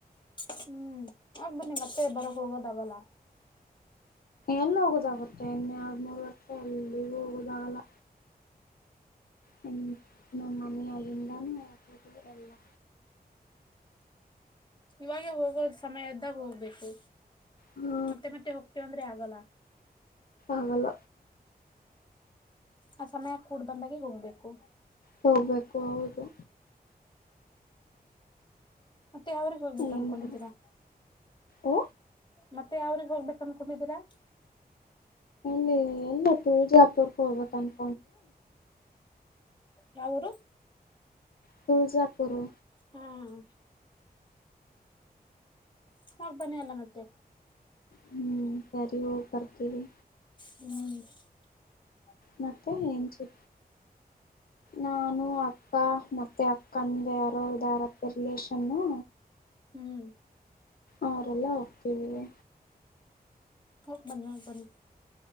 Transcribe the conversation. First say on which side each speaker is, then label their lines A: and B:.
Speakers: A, on the left (about 30°); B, on the left (about 65°).
A: ಹ್ಮ್ ಆ ಹೋಗಿ ಬನ್ನಿ ಮತ್ತೆ ಬರಕ್ ಹೋಗೋದಾವಲ್ಲ
B: ಎಲ್ಲಿ ಹೋಗುದಾಗುತ್ತೆ ಇನ್ನೆ ಆರ್ ಮೂರು ವರ್ಷ ಎಲ್ಲಿಗೂ ಹೋಗುದಾಗಲ್ಲ್ ಹ್ಮ್ ನಮ್ಮಣ <unintelligible> ಎಲ್ಲಾ
A: ಇವಾಗೇ ಹೋಗೋದು ಸಮಯದ್ದಾಗ ಹೋಗ್ಬೇಕು
B: ಹಾ
A: ಮತ್ತೆ ಮತ್ತೆ ಹೋಗ್ತೇವಂದ್ರೆ ಆಗಲ್ಲ
B: ಆಗಲ್
A: ಆ ಸಮಯ ಕೂಡ್ ಬಂದಾಗೆ ಹೋಗ್ಬೇಕು
B: ಹೋಗ್ಬೇಕು ಹೌದು
A: ಮತ್ತೆ ಯಾವ್ರಿಗೆ ಹೋಗ್ಬೇಕು ಅನ್ಕೊಂಡಿದ್ದೀರಾ
B: ಏನ್ ಮಾಡ ಓ
A: ಮತ್ತೆ ಯಾವ್ರಿಗೆ ಹೋಗ್ಬೇಕ ಅನ್ಕೊಂಡಿದೀರಾ
B: ನ ಎಲ್ಲಪ್ಪ ವಿಜಾಪುರಕ್ಕೆ ಹೋಗಬೆಕಂತ್
A: ಯಾವರೂ
B: ತುಳಜಾಪುರ
A: ಹ್ಮ್ ಹೋಗ ಬನ್ನಿ ಅಲ್ಲ ಮತ್ತೆ
B: ಹ್ಮ್ ಸರಿ ಹೋಗ್ ಬರ್ತೀವಿ
A: ಹ್ಮ
B: ಮತ್ತೆ ಏನ್ಸ ನಾನು ಅಕ್ಕ ಮತ್ತೆ ಅಕ್ಕ ಅಂದ ಯಾರೋದ ಯಾರಕ್ಕ ರಿಲಷನ್ನು
A: ಹ್ಮ್
B: ಅವ್ರರೆಲ್ಲ ಹೋಗ್ತವಿ
A: ಹೋಗಿ ಬನ್ನಿ <unintelligible>